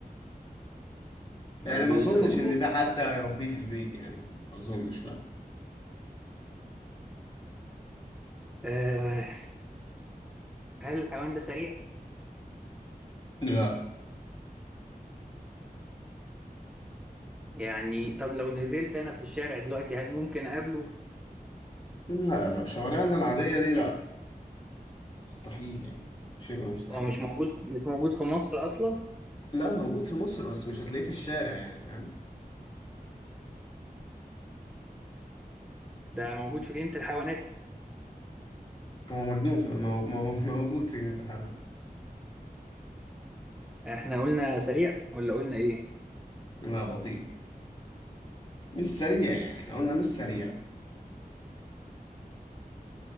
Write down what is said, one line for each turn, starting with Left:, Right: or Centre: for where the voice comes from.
Centre: ما
Left: يعني
Centre: بيتربى
Left: ما اظنش ان في حد هيربيه في البيت يعني ما اظنش لا
Centre: آه هل الحيوان ده سريع؟
Left: لا
Centre: يعني طب لو نزلت أنا في الشارع دلوقتي هل ممكن أقابله؟
Left: لا لا شوارعنا العادية دي لا مستحيل يعني شبه مستحيل
Centre: هو مش موجود مش موجود في مصر أصلا
Left: لا موجود في مصر بس مش هتلاقيه في الشارع يعني فاهم
Centre: ده موجود في جنينة الحيوانات
Left: هو مجنون في مو... مو... موجود في جنينة الحيوان
Centre: احنا قلنا سريع ولا قلنا إيه؟
Left: لا بطيء مش سريع يعني احنا قلنا مش سريع